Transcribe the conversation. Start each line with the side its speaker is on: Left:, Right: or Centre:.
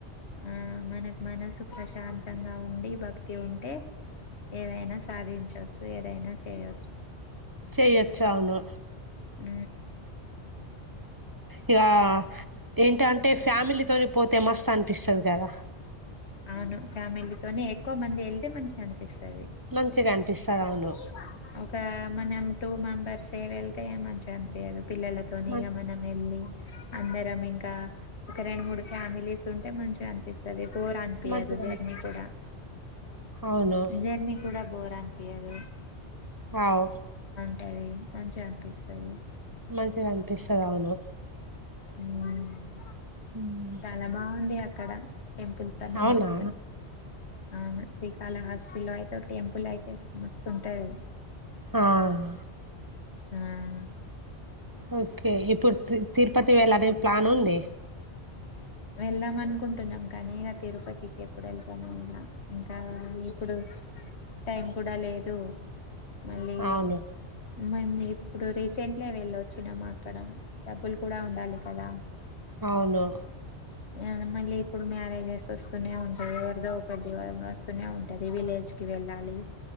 Left: ఆ మనకు మనసు ప్రశాంతంగా ఉండి భక్తి ఉంటే ఏదైనా సాధించవచ్చు ఏదైనా చేయొ
Right: చేయొచ్చు అవును
Left: ఊ
Right: ఇక ఏంటంటే ఫ్యామిలీ తొనిపోతే మస్తు అనిపిస్తుంది కదా
Left: అవును ఫ్యామిలీతోనే ఎక్కువ మంది వెళ్తే మంచిగా అనిపిస్తుంది
Right: మంచిగా అనిపిస్తది
Left: సరే
Right: అవును
Left: ఒక మనము టూ మెంబర్స్ ఏ వెళ్తే ఏ మంచిగా అనిపియ్యదు పిల్లలతోనే
Right: మంచి
Left: ఇగ మన వెళ్ళి అందరం ఇంకా ఒక రెండు మూడు ఫ్యామిలీస్ ఉంటే మంచిగా అన్ పిస్తది బోర్ అనిపియ్యదు
Right: మంచిగా
Left: జర్నీ
Right: అనిపి
Left: కూడా
Right: అవును
Left: జర్నీ కూడా బోర్ అనిపియ్యదు
Right: అవు
Left: ఉంటది మంచిగా అనిపిస్తది.
Right: మంచిగా అనిపిస్తది అవును.
Left: ఉమ్మ్.
Right: హ్మ్
Left: చాలా బాగుంది అ అక్కడ. టెంపుల్స్ అన్ని
Right: అవునా
Left: మస్తున్నాయి. అవును శ్రీకాళహస్తి లో అయితే ఒక టెంపుల్ అయితే మస్తు ఉంటాది.
Right: ఆహ్
Left: ఆహ్
Right: ఓకే ఇప్పుడు తి తిరుపతి వెళ్లాలని ప్లాన్ ఉంది.
Left: వెళ్దాం అనుకుంటున్నాం కానీ ఇగ తిరుపతికి ఎప్పుడు వెళ్తామో ఇంక. ఇంకా ఇప్పుడు టైం కూడా లేదు. మళ్ళీ.
Right: అవును
Left: మేము ఇప్పుడు రీసెంట్లే వెళ్ళొచ్చినము అక్. అక్కడ డబ్బులు కూడా ఉండాలి కదా.
Right: అవును.
Left: యా మళ్ళీ ఇప్పుడు మ్యారేజెస్ వస్తూనే ఉంటాయి. ఎవరిదో ఒకరిది వస్తూనే ఉంటది విలేజ్ కి వెళ్ళాలి.